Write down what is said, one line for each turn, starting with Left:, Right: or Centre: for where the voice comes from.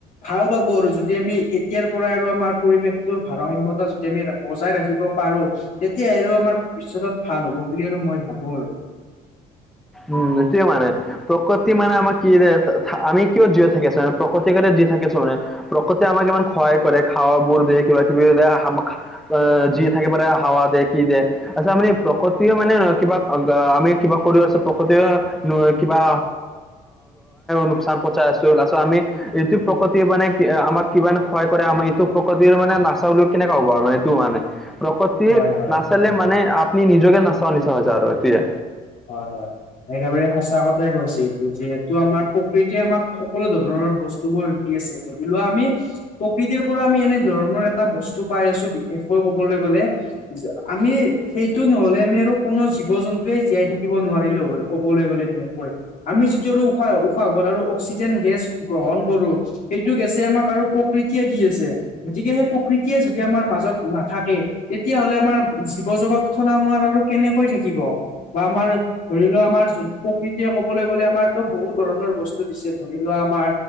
Left: ভাল পাব আৰু যদি আমি এতিয়াৰ পৰা আৰু আমাৰ পৰিৱেশটোৰ ভাৰসাম্যতা যদি আমি বজাই ৰাখিব পাৰোঁ। তেতিয়া আৰু আমাৰ ভৱিষ্যত ভাল হব বুলি আৰু মই ভাবোঁ আৰু
Centre: উম, সেইটোৱেই মানে প্ৰকৃতি মানে আমৰ কি ৰে আমি কিয় জীয় থাকিছো আমি প্ৰকৃতি কাৰণে জীয়াই থাকিছো মানে প্ৰকতি আমাক ইমান সহায় কৰে। খাৱাবোৰ দিয়ে। কিবা কিবি অহ, যি থাকে মানে হাৱা দিয়ে কি দিয়ে আচ্ছা মানে প্ৰকতিয়ে মানে কিবা আমি কিবা কৰি প্ৰকতি কিবা লোকচান পচাই আছোঁ। লাষ্টত আমি এইটো প্ৰকতিৰ মানে কি আমাক কিমান সহায় কৰে, আমি এইটো প্ৰকতিৰ মানে নাচাও বুলিও কেনেকে হব আৰু মানে এইটো মানে প্ৰকতি
Left: হয় হয়
Centre: নাচালে মানে আপুনি নিজকে নাচা নিচিনা হয় যাব আৰু এতিয়া
Left: হয় হয়। একেবাৰে সচা কথাই কৈছে। যিহেতু আমাৰ প্ৰকৃতিয়ে আমাক সকলো ধৰণৰ বস্তুবোৰ দি আছে। ধৰি লোৱা আমি প্ৰকৃতিৰ পৰা আমি এনেধৰণৰ এটা বস্তু পাই আছো, বিশেষকৈ কবলে গলে আমি সেইটো নহলে আমি আৰু কোনো জীৱ জন্তুৱে জীয়াই থাকি থাকিব নোৱাৰিলো হয়। কবলৈ গলে তেনেকুৱাই আমি যিটো আৰু উশাহ উশাহ আৰু অক্সিজেন গেছ গ্ৰহণ কৰোঁ। সেইটো গেছে আমাক আৰু প্ৰকৃতিয়ে দি আছে। গতিকে সেই প্ৰকৃতিয়ে যদি আমাৰ মাজত নাথাকে তেতিয়াহলে আমাৰ জীৱ জগত খনক আৰু কেনেকৈ থাকিব। বা আমাৰ ধৰি লোৱা আমাৰ যোন প্ৰকৃতিয়ে কবলৈ গলে আমাৰতো বহুত ধৰণৰ বস্তু দিছে। ধৰি লোৱা আমাৰ